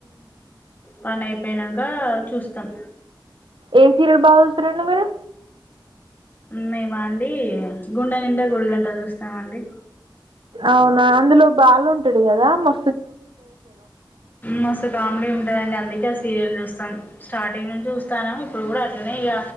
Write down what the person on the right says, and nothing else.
ఏ సీరియల్ బాగా చూస్తారండి మీరు
అవునా అందులో బాలు అంటాడు కదా మా